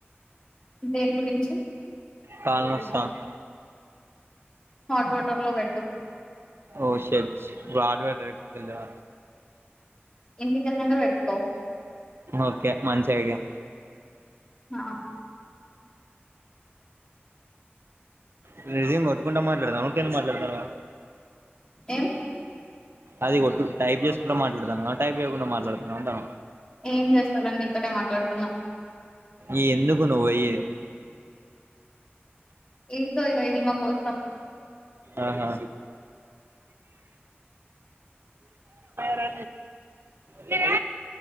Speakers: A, on the left; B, on the right.
A: ఇ దేని గురించి
B: తాల నస్తది
A: హాట్ వాటర్ లో పెట్టు
B: ఓ షర్ట్ నువ్ ఆర్డివేర్ డ్రగ్కెల్లవ
A: ఇంటికెళ్ళినంక పెట్టుకో
B: ఓకే మంచి ఐడియా
A: ఆ
B: నువ్ నిజం కొట్టుకుంట మాట్లాడాదమ్ కెన్ మాట్లాడతావా
A: ఏం
B: అది గొట్టు టైప్ చేసుకుంటూ మాట్లాడతాండవా టైప్ చేయ్యకుండా మాట్లాడుతండవా అంటాన్న
A: ఏం చేస్తాలేను నీతోటే మాట్లాడుతున్నా
B: ఈ ఎందుకు నువ్ వైయే అదా
A: ఇందో ఇగ ఈమె కోసం
B: ఆహా మ చే